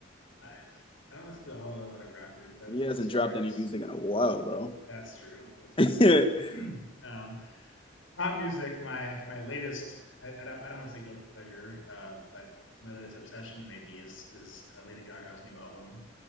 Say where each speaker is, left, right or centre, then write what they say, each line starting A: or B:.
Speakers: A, on the left; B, on the left.
A: I, I don't listen to a whole lot of other rappers, but
B: He hasn't
A: as far
B: dropped
A: as
B: any music in a while though.
A: that's true, that's true.
B: <laughs>
A: <clears throat> um, pop music, my my latest, I, I don't I don't want to say guilty pleasure, uh, but my latest obsession maybe is is uh, Lady Gaga's new album